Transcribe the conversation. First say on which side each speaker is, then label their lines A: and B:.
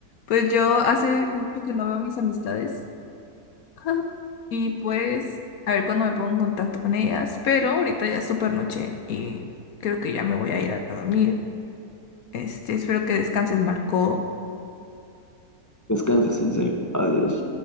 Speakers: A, on the left; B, on the left.
A: pues yo hace mucho que no veo mis amistades <laughs> y pues a ver cuándo me pongo en contacto con ellas, pero ahorita ya es súper noche y creo que ya me voy a ir a dormir. Este, espero que descanses, Marco.
B: Descanse, Sensei. Adiós.